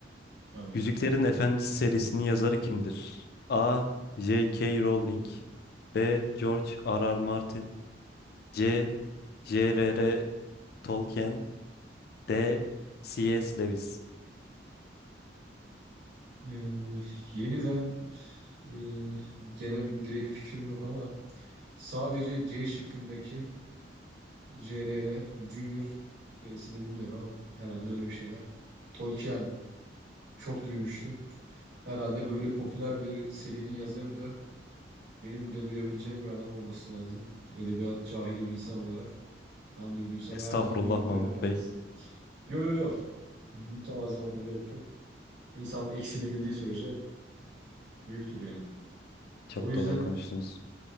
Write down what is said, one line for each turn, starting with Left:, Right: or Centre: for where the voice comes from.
Right: Tabii.
Left: Yüzüklerin Efendisi serisinin yazarı kimdir? A. J.K. Rowling B. George R.R. Martin C. J.R.R. Tolkien D. C.S. Lewis
Right: Ee, yeniden e, gene bir direkt fikrim yok ama sadece C şıkkındaki JRR, Junior gerisini bilmiyorum ama herhalde öyle bir şeyler. Tolkien çok duymuştum. Herhalde böyle popüler bir serinin yazarı da benim bile duyabileceğim bir adam olması lazım. Edebiyat cahili bir insan olarak ben duyduysam
Left: Estağfurullah
Right: herhalde bu Yüzüklerin
Left: Mahmut
Right: Efendisi.
Left: Bey.
Right: Yo yo yo. Mütevazı olmaya gerek yok. İnsanın eksini bildiği sürece büyüktür yani.
Left: Çok
Right: O yüzden
Left: doğru konuştunuz.